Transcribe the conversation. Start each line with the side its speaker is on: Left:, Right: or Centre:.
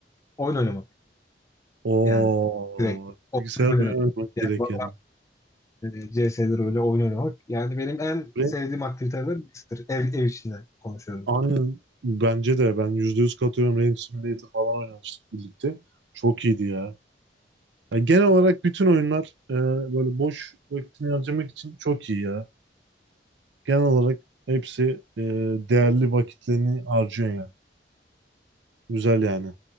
Left: Oyun oynamak
Right: Oo,
Left: yani direkt. Oyun
Right: bilgisayar oyunu
Left: oynamak.
Right: oynamak
Left: Yani
Right: direkt
Left: bana,
Right: yani.
Left: e, CS'de öyle oyun oynamak. Yani benim en
Right: Ve
Left: sevdiğim aktivitelerden birisidir. Ev, ev içinde konuşuyorum.
Right: aynen bence de ben %100 katılıyorum. Rain Simulator falan oynamıştık birlikte. Çok iyiydi ya. Ya genel olarak bütün oyunlar e, böyle boş vaktini harcamak için çok iyi ya. Genel olarak hepsi e, değerli vakitlerini harcıyor yani. Güzel yani.